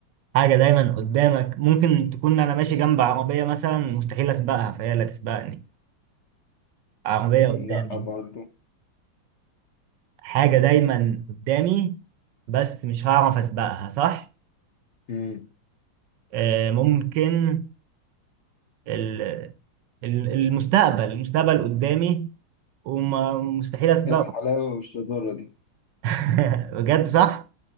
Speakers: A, on the right; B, on the left.
A: حاجة دايما قدامك ممكن تكون أنا ماشي جنب عربية مثلا مستحيل أسبقها فهي لا تسبقني عربية
B: مم،
A: قدامي
B: لأ برضه
A: حاجة دايما قدامي بس مش هعرف أسبقها صح
B: مم.
A: آه، ممكن ال- ال- المستقبل المستقبل قدامي ومستحيل اسبقه
B: إيه الحلاوة والشطارة دي؟
A: <laughs> بجد صح